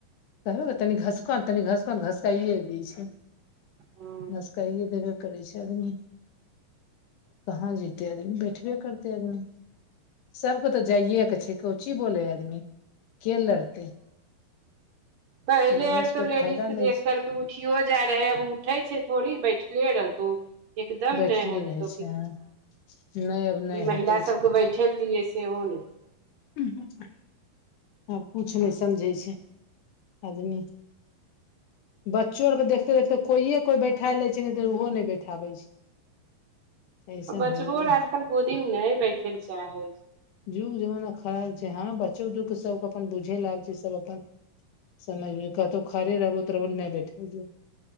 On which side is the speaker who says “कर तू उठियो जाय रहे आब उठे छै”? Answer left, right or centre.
Right